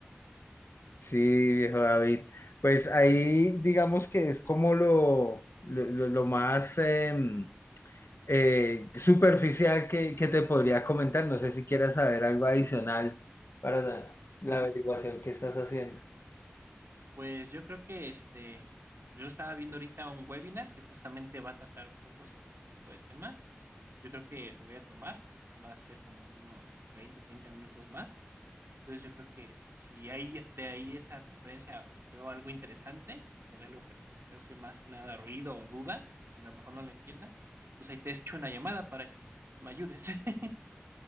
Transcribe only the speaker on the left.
Sí, viejo David, pues ahí digamos que es como lo, lo, lo- lo más... em, eh, superficial que, que te podría comentar. No sé si quieras saber algo adicional para la,
la averiguación que estás haciendo.